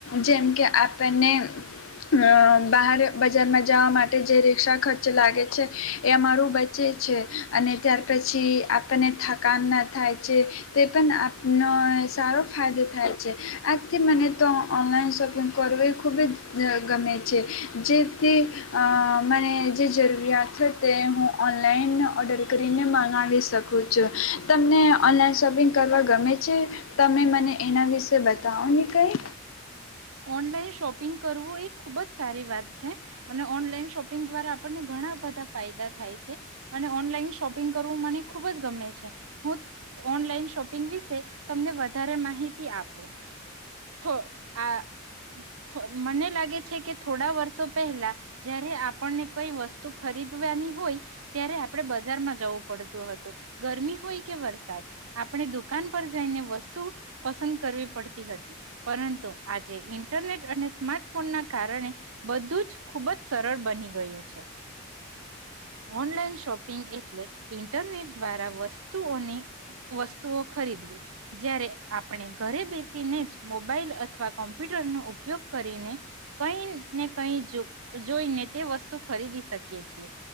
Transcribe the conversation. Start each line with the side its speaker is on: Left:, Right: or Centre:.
Left: જેમ કે આપણને અહ બહાર બજારમાં જાવા માં ટે જે રિક્ષા ખર્ચ લાગે છે, એ અમારું બચે છે, અને ત્યાર પછી આપણને થકાન ના થાય છે, તે પણ આપનો સારો ફાયદો થાય છે. આથી મને તો ઓનલાઈન શોપિંગ કરવું એ ખૂબ જ ગમે છે, જેથી અહ મને જે જરૂરિયાત હોય તે હું ઓન લાઈન ઓર્ડર કરીને મગાવી શકું છું. તમને ઓનલાઈન શોપિંગ કરવા ગમે છે? તમે મને એના વિશે બતાવો ને કંઈ.
Right: ઓનલાઈન શોપિંગ કરવું એ ખુબ જ સારી વાત છે, અને ઓનલાઈન શોપિંગ દ્વારા આપણને ઘણા બધા ફાયદા થાય છે, અને ઓનલાઈન શોપિંગ કરવું મને ખુબ જ ગમે છે. હું ઓનલાઈન શોપિંગ વિશે તમને વધારે માહિતી આપું. થો આ થો મને લાગે છે કે થોડા વર્ષો પહેલા જયારે આપણને કઈ વસ્તુ ખરીદવાની હોય ત્યારે આપણે બજારમાં જવું પડતું હતું, ગરમી હોય કે વરસાદ, આપણે દુકાન પર જઈને વસ્તુ પસંદ કરવી પડતી હતી, પરંતુ આજે ઇન્ટરનેટ અને સ્માર્ટફોન ના કારણે બધું જ ખુબ જ સરળ બની ગયું છે. ઓનલાઈન શોપિંગ એટલે ઈન્ટરનેટ દ્વારા વસ્તુઓની વસ્તુઓ ખરીદવી. જ્યારે આપણે ઘરે બેસીને જ મોબાઈલ અથવા કોમ્પ્યુટર નો ઉપયોગ કરીને કઈ ને કઈ જ જોઈને તે વસ્તુ ખરીદી શકીએ છીએ.